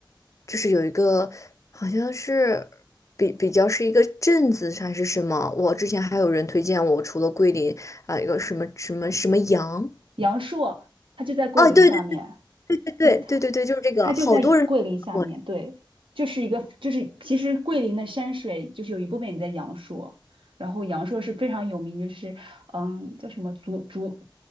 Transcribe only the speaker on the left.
就是有一个好像是比比较是一个镇子还是什么？我之前还有人推荐我，除了桂林啊，有一个什么什么什么阳。
哦，对对对对对对对，
就是这个，
好多人。我。